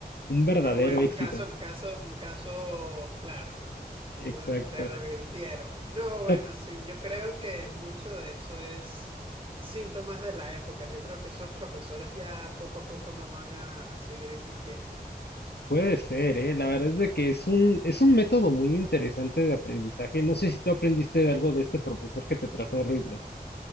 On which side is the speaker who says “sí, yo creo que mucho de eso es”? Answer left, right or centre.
Right